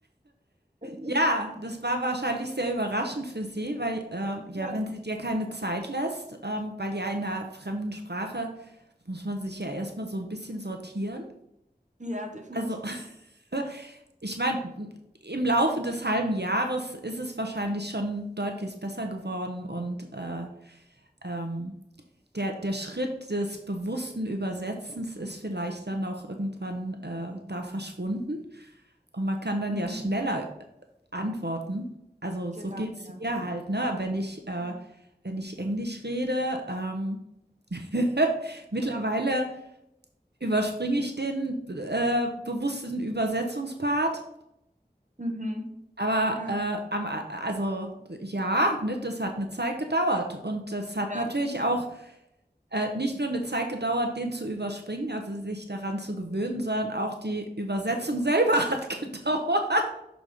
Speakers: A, on the right; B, on the right.
A: <laughs>
B: Ja, das war wahrscheinlich sehr überraschend für sie, weil, ähm, ja,
A: Ja.
B: wenn sie dir keine Zeit lässt, ähm, weil ja in 'ner fremden Sprache muss man sich ja erst mal so ein bisschen sortieren.
A: Ja, definitiv.
B: Also, <laughs> ich meine, im Laufe des halben Jahres ist es wahrscheinlich schon deutlich besser geworden und, äh, ähm, der der Schritt des bewussten Übersetzens ist vielleicht dann auch irgendwann, äh, da verschwunden. Und man kann dann
A: Mhm.
B: ja schneller äh, antworten. Also,
A: Genau,
B: so geht's
A: ja.
B: mir halt, ne? Wenn ich, äh,
A: Ja.
B: wenn ich Englisch rede, ähm, <laughs> mittlerweile überspringe ich den äh, bewussten Übersetzungspart.
A: Mhm.
B: Aber
A: Ja,
B: äh, am, A- also ja, ne, das hat eine Zeit gedauert. Und das hat
A: ja,
B: natürlich auch äh, nicht nur eine Zeit gedauert, den zu überspringen, also sich daran zu gewöhnen, sondern auch die Übersetzung selber <laughs> hat gedauert.